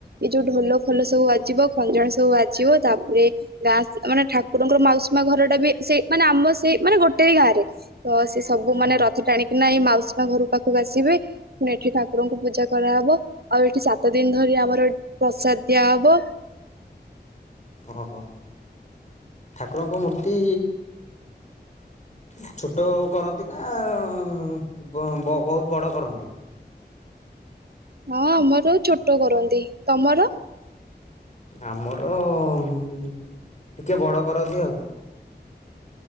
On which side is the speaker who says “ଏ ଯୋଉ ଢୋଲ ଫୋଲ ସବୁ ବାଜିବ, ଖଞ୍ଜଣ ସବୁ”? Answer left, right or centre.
Right